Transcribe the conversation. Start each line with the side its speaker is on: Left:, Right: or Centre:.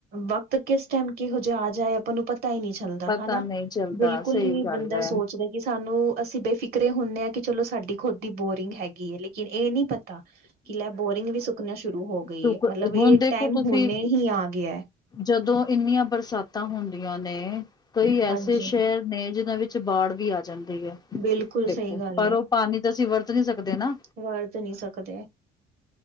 Right: ਵਕਤ ਕਿਸ ਟੈਮ ਕਿਹੋ ਜਿਹਾ ਆ ਜਾਏ, ਆਪਾਂ ਨੂੰ ਪਤਾ ਹੀ ਨਹੀ ਚੱਲਦਾ,
Left: ਪਤਾ
Right: ਹਨਾ
Left: ਨਹੀਂ ਚੱਲਦਾ
Right: ਬਿਲਕੁਲ
Left: ਸਹੀ
Right: ਹੀ ਨੀ
Left: ਗੱਲ
Right: ਬੰਦਾ
Left: ਹੈ
Right: ਸੋਚਦਾ ਕਿ ਸਾਨੂੰ ਅਸੀ ਬੇ ਫਿਕਰੇ ਹੁੰਦੇ ਐ ਕਿ ਚਲੋ ਸਾਡੀ ਖੁਦ ਦੀ ਬੋਰਿੰਗ ਹੈਗੀ ਏ ਲੇਕਿਨ ਇਹ ਨੀ ਪਤਾ ਕਿ ਲੈ ਇੰਨ ਵੀ ਸੁੱਕਣਾ ਸ਼ੁਰੂ ਹੋ ਗਈ
Left: ਸੁ
Right: ਏ, ਮਤਲਬ ਇਹ
Left: ਹੁਣ ਦੇਖੋ
Right: ਟੈਮ
Left: ਤੁਸੀਂ
Right: ਹੁਣੇ ਹੀ ਆ ਗਿਆ।
Left: ਜਦੋਂ ਇੰਨੀਆਂ ਬਰਸਾਤਾਂ ਹੁੰਦੀਆਂ ਨੇ, ਕਈ
Right: ਹਾਂਜੀ
Left: ਐਸੇ ਸ਼ਹਿਰ ਨੇ ਜਿੰਨਾ ਵਿੱਚ 'ਚ ਬਾੜ ਵੀ ਆ ਜਾਂਦੀ ਐ
Right: ਬਿਲਕੁਲ
Left: ਦੇਖੋ,
Right: ਸਹੀ ਗੱਲ
Left: ਪਰ
Right: ਹੈ
Left: ਉਹ ਪਾਣੀ ਤਾਂ ਅਸੀਂ ਵਰਤ ਨੀ ਸਕਦੇ ਨਾ
Right: ਵਰਤ ਨੀ ਸਕਦੇ